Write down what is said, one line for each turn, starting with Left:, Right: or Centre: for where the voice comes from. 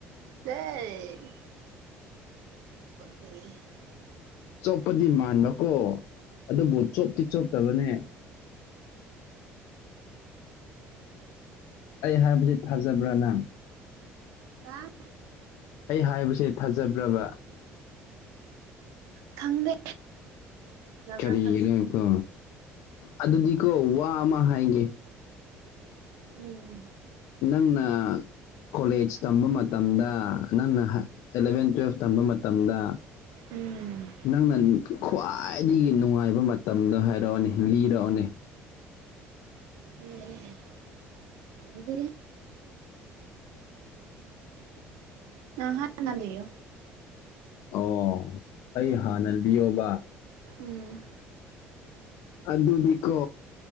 Right: ꯁꯦ <unintelligible>
Left: ꯆꯣꯞꯄꯗꯤ ꯃꯥꯟꯕꯀꯣ ꯑꯗꯨꯕꯨ ꯆꯣꯞꯇꯤ ꯆꯣꯞꯇꯕꯅꯦ ꯑꯩ ꯍꯥꯏꯕꯁꯤ ꯊꯥꯖꯕ꯭ꯔꯥ ꯅꯪ
Right: <unintelligible>
Left: ꯑꯩ ꯍꯥꯏꯕꯁꯦ ꯊꯥꯖꯕ꯭ꯔꯕ
Right: ꯈꯪꯗꯦ ꯐꯖꯕ꯭ꯔꯥ
Left: ꯀꯔꯤꯒꯤꯅꯣ
Right: ꯐꯖ
Left: ꯀꯣ ꯑꯗꯨꯗꯤ ꯀꯣ ꯋꯥ ꯑꯃ ꯍꯥꯏꯒꯦ
Right: ꯎꯝ
Left: ꯅꯪꯅ ꯀꯣꯂꯦꯖ ꯇꯝꯕ ꯃꯇꯝꯗ ꯅꯪꯅ ꯑꯦꯂꯚꯦꯟ ꯇꯨꯋꯦꯜꯐ ꯇꯝꯕ ꯃꯇꯝꯗ
Right: ꯎꯝ
Left: ꯅꯪꯅ ꯈ꯭ꯋꯥꯏꯗꯒꯤ ꯅꯨꯡꯉꯥꯏꯕ ꯃꯇꯝꯗꯣ ꯍꯥꯏꯔꯛꯑꯣꯅꯦ ꯂꯤꯔꯛꯑꯣꯅꯦ
Right: ꯑꯦ ꯍꯥꯏꯕꯗꯤ <unintelligible> ꯅꯪ ꯍꯥꯟꯅ ꯂꯤꯌꯣ
Left: ꯑꯣ ꯑꯩ ꯍꯥꯟꯅ ꯂꯤꯌꯣꯕ
Right: ꯎꯝ
Left: ꯑꯗꯨꯗꯤꯀꯣ